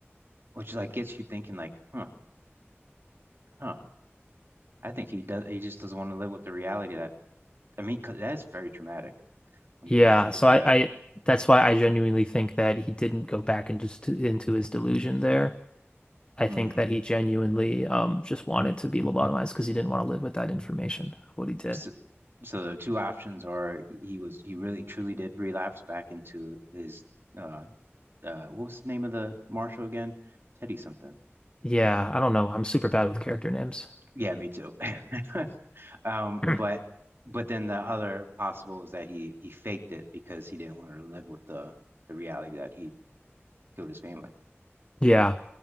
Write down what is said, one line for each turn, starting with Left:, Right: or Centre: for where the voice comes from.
Right: which like gets you thinking like, huh, huh. I think he does. He just doesn't want to live with the reality that I mean, 'cause that is very traumatic when
Left: Yeah,
Right: you really think
Left: so
Right: about
Left: I,
Right: it.
Left: I that's why I genuinely think that he didn't go back and just to, into his delusion there. I
Right: Hmm.
Left: think that he genuinely um just wanted to be lobotomized because he didn't want to live with that information of what he did.
Right: So, so the two options are he was he really truly did relapse back into his uh uh what was the name of the marshal again? Teddy something.
Left: Yeah, I don't know. I'm super bad with character names.
Right: Yeah, me too. <laughs> Um,
Left: <clears throat>
Right: but but then the other possible is that he he faked it because he didn't want to live with the the reality that he killed his family.
Left: Yeah.